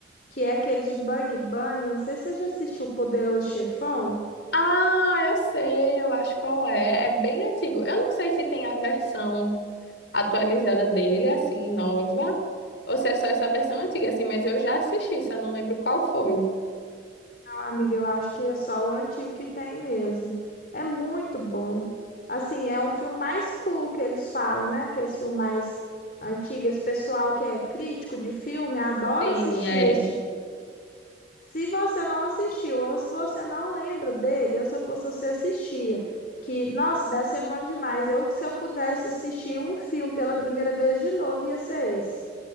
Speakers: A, on the left; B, on the left.
A: que é aquele de Bang Bang. Eu não sei se você já assistiu O Poderoso Chefão.
B: Ah, eu sei, eu acho qual é. É bem antigo. Eu não sei se tem a versão atualizada dele, assim, nova, ou se é só essa versão antiga, assim, mas eu já assisti, só não lembro qual foi.
A: Não, amiga, eu acho que é só o antigo que tem mesmo. É muito bom. Assim, é um filme mais cool que eles falam, né? Que é esse filme mais antigo. Esse pessoal que é crítico de filme adora
B: Sim,
A: assistir
B: é.
A: esse Se você não assistiu ou se você não lembra dele, ou se eu fosse você assistia, que, nossa, deve ser bom demais. Eu, se eu pudesse assistir um filme pela primeira vez de novo, ia ser esse.